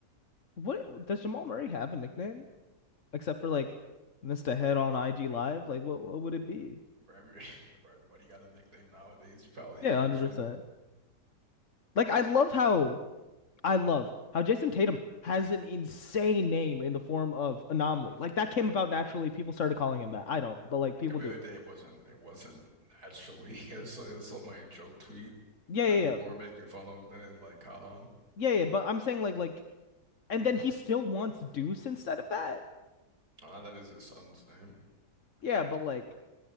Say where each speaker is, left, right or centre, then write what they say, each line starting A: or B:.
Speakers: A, on the left; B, on the right.
A: What does Jamal Murray have a nickname except for like Mr. Head on IG Live? Like what what would it be?
B: Bro, every, <laughs> bro, everybody got a nickname nowadays. You probably
A: Yeah,
B: ask
A: 100%.
B: one.
A: Like I love how I love how Jason Tatum has an insane name in the form of Anomaly. Like that came about naturally. People started calling him that. I don't, but like people
B: The other
A: do.
B: day it wasn't. It wasn't actually. <laughs> It was, so- it was something like a joke tweet
A: Yeah,
B: that
A: yeah,
B: people were
A: yeah.
B: making fun of. Then it like caught on.
A: Yeah, yeah, but I'm saying like like and then he still wants Deuce instead of that.
B: Ah, that is his son's name.
A: Yeah, but like,